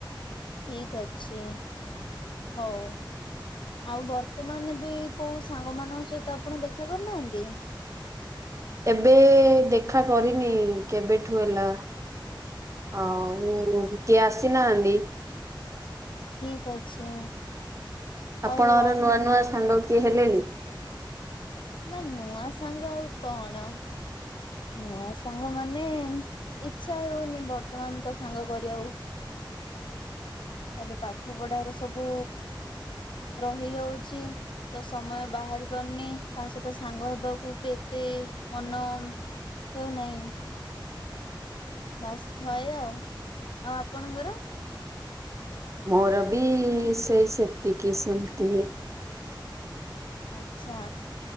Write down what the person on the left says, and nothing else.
ଠିକି ଅଛି। ହଉ। ଆଉ ବର୍ତ୍ତମାନ ଏବେ କୋଉ ସାଙ୍ଗ ମାନଙ୍କ ସହିତ ଆପଣ ଦେଖା କରି ନାହାନ୍ତି।
ଠିକ ଅଛି।
ଆଉ ଆ
ନା ନୂଆ ସାଙ୍ଗ ଆଉ କଣ। ନୂଆ ସାଙ୍ଗ ମାନେ ଇଚ୍ଛା ହଉନି ବର୍ତ୍ତମାନ ତ ସାଙ୍ଗ କରିବାକୁ। ଏବେ ପାଠ ପଢାର ସବୁ ରହି ଯାଉଛି। ତ ସମୟ ବାହାରି ପାରୁନି ତା ସହିତ ସାଙ୍ଗ ହେବାକୁ ବି ଏତେ ମନ। ହେଉନାହିଁ। ବାସ ଥଏ ଆଉ ଆଉ ଆପଣଙ୍କର?
ଆଚ୍ଛା।